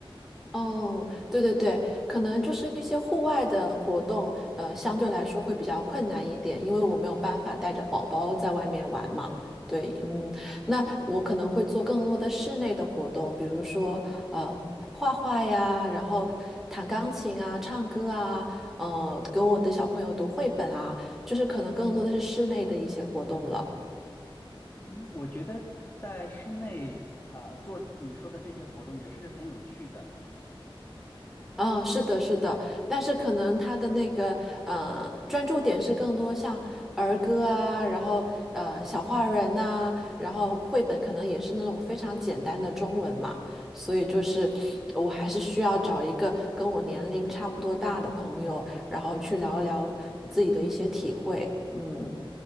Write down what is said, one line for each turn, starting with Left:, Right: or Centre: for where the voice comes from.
Centre: 哦，对对对，可能就是一些户外的活动，呃，相对来说会比较困难一点，因为我没有办法带着宝宝在外面玩嘛。对，嗯，那我可能会做更多的室内的活动，比如说呃画画呀，然后弹钢琴啊、唱歌啊，呃，给我的小朋友读绘本啊，就是可能更多的是室内的一些活动了。
Left: 嗯，我觉得在室内呃做你说的这些活动也是很有趣的。
Centre: 嗯，是的，是的，但是可能他的那个呃专注点是更多像儿歌啊，然后呃小画人呐、然后绘本可能也是那种非常简单的中文嘛，所以就是我还是需要找一个跟我年龄差不多大的朋友，然后去聊一聊自己的一些体会。嗯